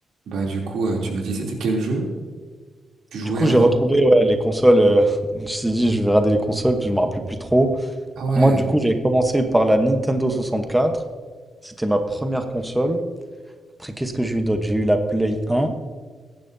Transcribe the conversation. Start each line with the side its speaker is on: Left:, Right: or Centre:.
Right: Bah du coup, euh, tu m'as dit c'était quel jeu tu jouais
Centre: Du coup,
Right: avant?
Centre: j'ai retrouvé ouais, les consoles. euh, <laughs> je me suis dit, je vais regarder les consoles, parce que je me rappelais plus trop.
Right: Ah ouais,
Centre: Moi, du coup, j'avais commencé par la Nintendo 64. C'était ma première console. Après, qu'est-ce que j'ai eu d'autre? J'ai eu la Play 1.